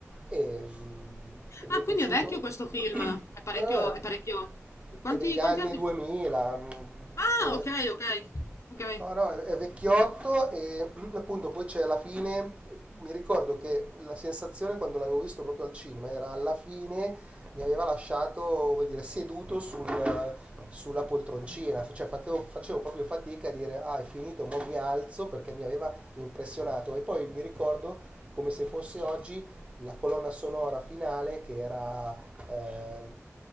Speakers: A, on the right (about 25°); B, on the left (about 70°).
A: e, mm, e mi
B: Ah,
A: è
B: quindi
A: piaciuto
B: è vecchio questo film, è parecchio...
A: eh,
B: È parecchio... Quanti,
A: è degli
B: quanti
A: anni
B: anni?
A: 2000. mm,
B: Ah,
A: eh,
B: okay, okay, okay.
A: no, no, è è vecchiotto e <clears throat> appunto poi c'è alla fine, mi ricordo che la sensazione quando l'avevo visto proprio al cinema era alla fine mi aveva lasciato, vuol dire, seduto sul- sulla poltroncina, cioè facevo, facevo proprio fatica a dire ah è finito, mo mi alzo perché mi aveva impressionato e poi mi ricordo come se fosse oggi la colonna sonora finale che era eh,